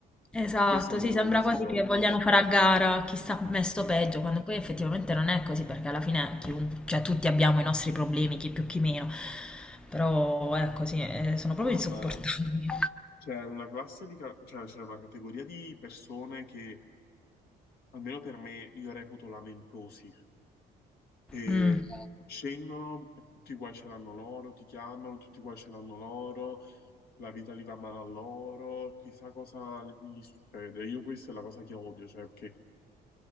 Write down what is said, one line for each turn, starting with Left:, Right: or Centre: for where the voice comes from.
Centre: Esatto,
Left: E questa è una
Centre: sì,
Left: delle
Centre: sembra
Left: cose
Centre: quasi
Left: che odio.
Centre: che vogliano fare a gara chi sta messo
Left: Sì.
Centre: peggio, quando poi effettivamente non è così, perché alla fine chiun- cioè, tutti abbiamo i nostri problemi, chi più chi meno, però ecco sì, eh, sono
Left: No,
Centre: proprio insopportabili.
Left: ma c'è una classe di, ca- cioè, c'è una categoria di persone che, almeno per me, io reputo lamentosi, che
Centre: Mm.
Left: scendono, e tutti i guai ce l'hanno loro, ti chiamano, tutti i guai ce l'hanno loro, la vita li va male a loro, chissà cosa gli succede. Io questa è la cosa che odio, cioè, perché